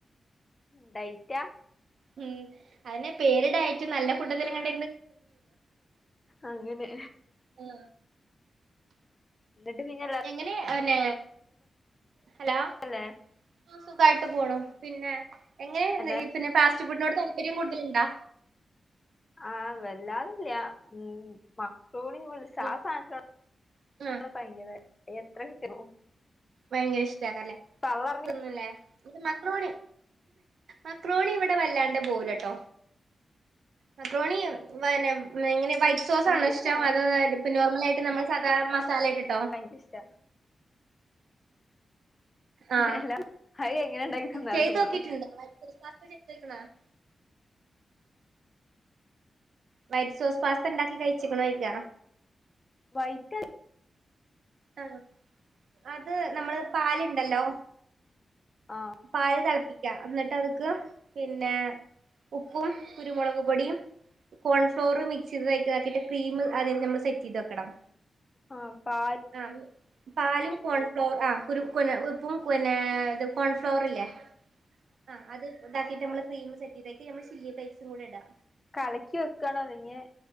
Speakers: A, on the left; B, on the right.
A: ഡയറ്റാ
B: ഉം അതന്നെ പേരു ഡയട്ട് നല്ല ഫുഡ്‌ എന്തേലും കണ്ട
A: അങ്ങനെ
B: ഉം
A: എന്നിട്ട്ങ്ങനെ
B: എങ്ങനെ അവന്നെ ഹലോ ആഹ്
A: സുഖല്ലേ
B: സുഖായിട്ട് പോണു പിന്നെ എങ്ങനെയഈ
A: എല്ലാരും
B: പിന്നെ ഫാസ്റ്റ് ഫുഡിനോട് താല്പര്യം കൂടുതലുണ്ടാ
A: ആഹ് വല്ലാതില്ല ഉം മക്കറോണി വിളിച്ച
B: അല്ലെ
A: ആ സാധനത്തി
B: ആഹ്
A: ഭയിയര എത്ര കൃത്യവും
B: ഭയങ്കര ഇഷ്ടല്ലേ
A: പള്ളർഞ്ഞ
B: ന്നുംല്ലേ ഇത് മക്രോണി മക്രോണി ഇവിടെ വല്ലാണ്ട് പോവലട്ടോ മക്രോണി പിന്നെ ഇങ്ങനെ വൈ- സോസ
A: അങ്ങനത്തെ
B: ആണോ ഇഷ്ടം
A: സാധനങ്ങള്
B: അത് ഇപ്പോൾ നോർമലായിട്ട് നമ്മൾ സാദാ മസാലയിട്ടിട്ടോ
A: അതിഷ്ടാ
B: ആഹ്
A: എല്ലാം അത് എങ്ങനെ ഉണ്ടാക്കി തന്നാലും
B: ചെയ്ത്
A: തിന്നും
B: നോക്കിട്ടുണ്ടോ <unintelligible> വൈറ്റ് സോസ് പാസ് ഉണ്ടാക്കി കഴിച്ചക്കണോ ഇല്ല
A: വൈറ്റൽ
B: ആഹ അത് നമ്മള് പാലുണ്ടല്ലോ
A: ആഹ്
B: പാൽ തിളപ്പിക്കാ എന്നിട്ട് അത്ക്ക് പിന്നെ ഉപ്പും കുരുമുളക് പൊടിയും കോൺഫ്ളോർ മിക്സ്ത്തഴക്കതാക്കിട്ട് ക്രീം അദ്യം നമ്മൾ സെറ്റ് ചെയ്ത് വെക്കണം
A: ആഹ് പാ
B: ആഹ് പാലും കോൺഫ്ലോർ ആ കു ഉപ്പും പിന്നെ ഇതും കോൺ ഫ്ലോറല്ലേ ആഹ് അത് ഉതാക്കിട്ട്മ്മ ക്രീം സെറ്റ് ചെയ്താക്കി നമ്മ ചീല്ലി പൈസും കൂടെ ഇടാ
A: കലക്കി വെക്കണോ അല്ലെങ്കി